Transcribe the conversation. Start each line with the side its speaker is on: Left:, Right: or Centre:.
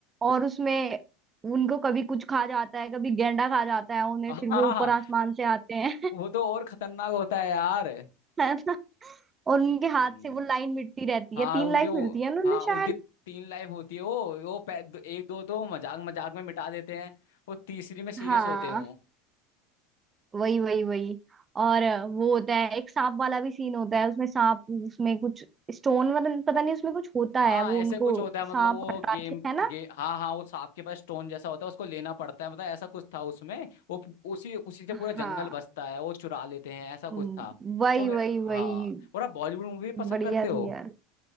Right: और उसमें उनको कभी कुछ खा जाता है कभी गेंडा खा जाता है उन्हें
Left: हाँ
Right: फिर वो ऊपर आसमान से आते हैं
Left: वो तो और खतरनाक होता है यार
Right: <laughs> है ना और उनके हाथ
Left: हम्म,
Right: से वो लाइन मिटती रहती
Left: हाँ
Right: है तीन
Left: उनके
Right: लाइफ
Left: वो
Right: मिलती है ना उन्हें
Left: हाँ उनकी
Right: शायद
Left: तीन लाइफ होती है वो वो पै- एक दो तो मजाक मजाक में मिटा देते हैं वो तीसरी में सीरियस
Right: हाँ
Left: होते हैं
Right: वही वही वही और वो होता है एक सांप वाला भी सीन होता है उसमें सांप उसमें कुछ स्टोन मतलब पता नहीं उसमें कुछ होता
Left: हाँ
Right: है वो
Left: ऐसे
Right: उनको
Left: कुछ होता है
Right: सांप
Left: मतलब वो
Right: हटा
Left: गेम
Right: के है ना
Left: गे हाँ हाँ वो सांप के पास स्टोन जैसा होता है उसको लेना पड़ता है मतलब ऐसा कुछ था उसमें वो पु- उसी उसी से पूरा
Right: हाँ
Left: जंगल बसता है वो चुरा लेते हैं ऐसा कुछ
Right: हम्म,
Left: था
Right: वही
Left: वो वे-
Right: वही
Left: हाँ
Right: वही
Left: और आप बॉलीवुड मूवी पसंद
Right: बढ़िया
Left: करते हो
Right: थी यार